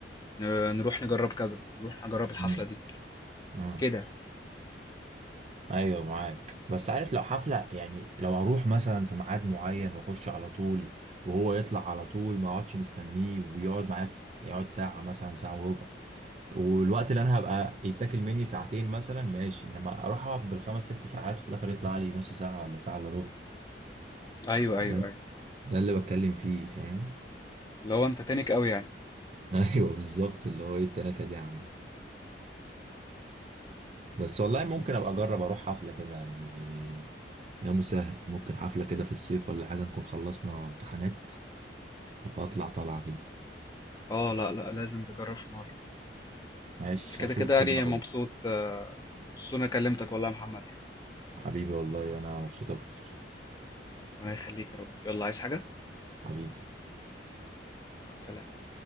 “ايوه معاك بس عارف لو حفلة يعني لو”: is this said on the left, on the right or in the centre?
Right